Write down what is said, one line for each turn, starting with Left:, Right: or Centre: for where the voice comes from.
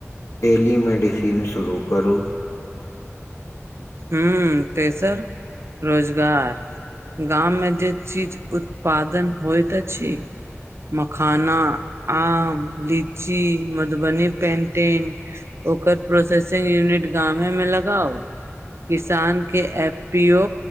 Left: टेलीमेडिसिन शुरू करू।
Right: हूँ, त सर रोजगार गाँव मे चीज उत्पादन होइत छी। मखाना, आम, लीची, मधुबनी पेन्टिंग ओकर प्रोसेसिंग यूनिट गामे में लगाउ। किसान के एफ पी ओ